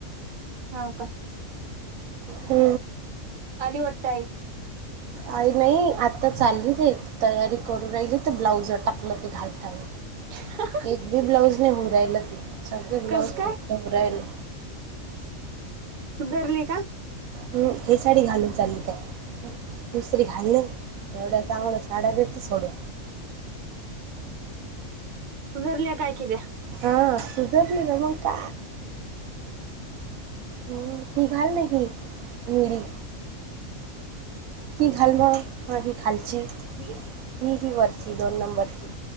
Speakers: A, on the right (about 55°); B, on the right (about 80°).
A: हाव का?
B: हू!
A: आली वाटत आई.
B: आई नही आता चाललीच ये तयारी करू राहिली त ब्लाउजं टाकलं ते घालतानी.
A: <unintelligible>
B: एक बी ब्लाऊज नही हु राहील ते सगळे ब्लाउज
A: कस काय
B: फिट्ट हू राहीले.
A: सुधरली का?
B: हू हे साडी घालून चाली काय? दुसरी घाल न एवढ्या चांगल्या साड्या देती सोडून.
A: सुधरल्या काय कि त्यां.
B: हा सुधरली ना मंग का. हू ही घाल ना ही निडी. ती घाल म हं ही खालची, ही ही वरची दोन नंबरची.